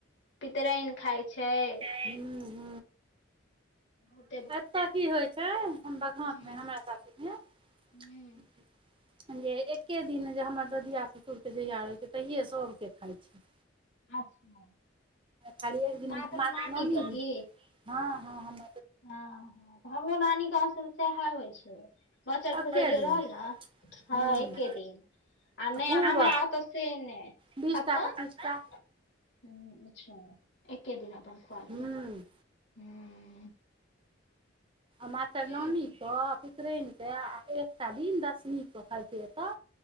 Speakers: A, on the left; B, on the right.
A: पितरायन खााय छै।
B: हू। <inaudible>
A: ह तऽ बत
B: एतय की होइ छै। बघातमे
A: हूँ
B: हमरा सासूरमे।
A: हूँ
B: जे एके दिन जे हमर ददिया ससुरके जहिया होइत छै। तहिए सभके खाइत छै।
A: अच्छा।
B: खाली एक दिन
A: मातृनवमी
B: मातरनमी
A: की
B: के दिन हँ, हँ हम
A: हँ तऽ हमरो नानी गाँव सब सएह होइ छै। बचल-
B: एके
A: खुचल जे
B: दिन
A: रहल ने, हँ
B: हूँ
A: एके दिन। आ नहि
B: खूब
A: हमरा ओत से नहि
B: बीस
A: एत।
B: टा पच्चीस टा
A: हुँ अच्छा! एके दिन अपन खुआ लिअ,
B: हूँ
A: हुँ।
B: मातर नमी
A: अपन
B: कऽ, पितरैन कऽ, आ एकटा दिन दशमी के खाय छै एतऽ।